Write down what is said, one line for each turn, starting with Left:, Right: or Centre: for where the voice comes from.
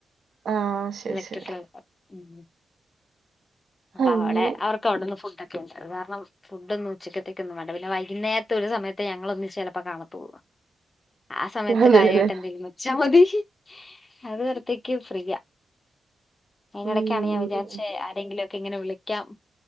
Right: ആ ശരി
Left: ഇലക്ട്രിക്കലിൻ്റെ
Right: ശരി.
Left: <inaudible> അപ്പൊ
Right: അങ്ങനെ
Left: അവിടെ അവർക്ക് അവിടെന്ന് ഫുടൊക്കെ ഒണ്ട്. അത് കാരണം ഫുഡ് ഒന്നും ഉച്ചത്തേക്കൊന്നും വേണ്ട പിന്നെ വൈകുന്നേരത്തെ ഒരു സമയത്തേ ഞങ്ങൾ ഒന്നിച്ച് ചിലപ്പോ കാണത്തുള്ളൂ ആ സമയത്ത്
Right: അതെല്ലേ
Left: കാര്യമായിട്ട് എന്തെങ്കിലും വെച്ചാ മതി അത് വരത്തേക്കും ഫ്രീയാ അയിനിടൊക്കാണ്
Right: ഉം
Left: ഞാൻ വിചാരിച്ച ആരെങ്കിലും ഒക്കെ ഇങ്ങനെ വിളിക്കാം